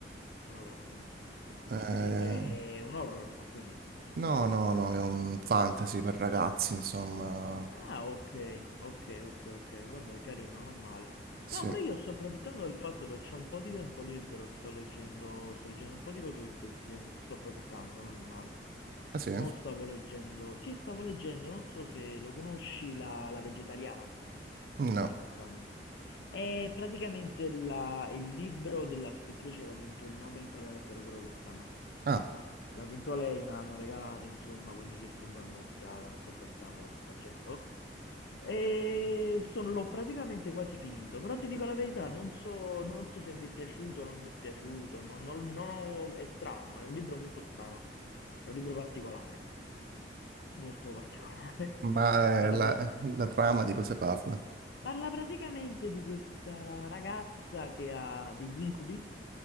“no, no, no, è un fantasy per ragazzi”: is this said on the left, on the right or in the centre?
Right